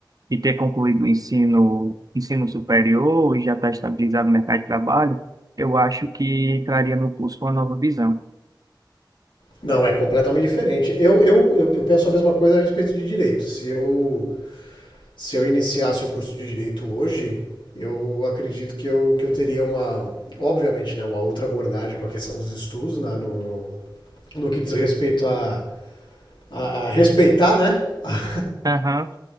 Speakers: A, on the right; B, on the left.
A: de ter concluído o ensino, ensino superior e já estar estabilizado no mercado de trabalho, eu acho que traria no curso uma nova visão.
B: Não, é completamente diferente. Eu, eu, eu, eu penso a mesma coisa a respeito de direito. Se eu, se eu iniciasse o curso de direito hoje, eu acredito que eu, que eu teria uma, obviamente, né, uma outra abordagem com a questão dos estudos, né, no, no, no que diz respeito a, a, a respeitar né, a,
A: Aham,